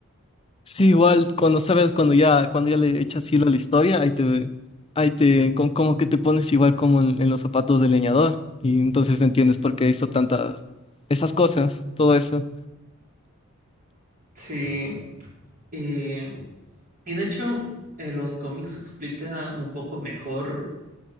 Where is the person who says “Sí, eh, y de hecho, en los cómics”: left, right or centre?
Right